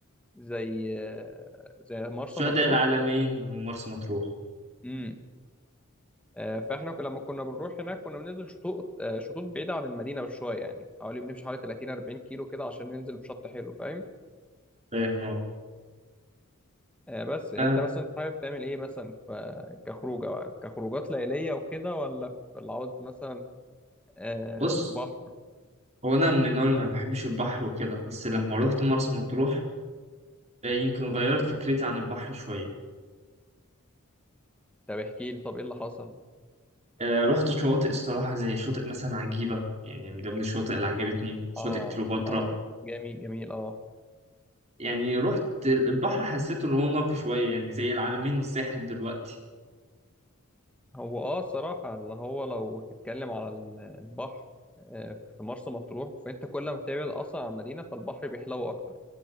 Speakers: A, in the centre; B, on the right (about 30°).
A: زي زي مرسى
B: شهداء
A: مطروح
B: العالمين
A: و...
B: ومرسى مطروح
A: مم. آه، فاحنا ك- لما كنا بنروح هناك كنا بننزل شطوط آه، شطوط بعيدة عن المدينة بشوية يعني حوالي بنمشي حوالي 30 40 كيلو كده عشان ننزل في شط حلو فاهم
B: فاهم هو
A: آه، بس يعني
B: آه
A: انت مثلا حابب تعمل ايه مثلا في كخروجة بقى؟ كخروجات ليلية وكده ولا في اللي عاوز مثلا آه،
B: بص
A: بحر
B: هو أنا من النوع اللي ما بحبش البحر وكده بس لما روحت مرسى مطروح آه يمكن غيرت فكرتي عن البحر شوية
A: طب احكي لي طب ايه اللي حصل
B: آه رحت شواطئ الصراحة زي شاطئ مثلا عجيبة يعني من ضمن الشواطئ اللي عجبتني شاطئ
A: اه
B: كليوباترا
A: اه جميل جميل اه
B: يعني رحت البحر حسيته إن هو نقي شوية يعني زي العلمين والساحل دلوقتي
A: هو اه الصراحة اللي هو لو تتكلم على ال- البحر آه، في مرسى مطروح فانت كل ما تبعد اصلا عن المدينة فالبحر بيحلو اكتر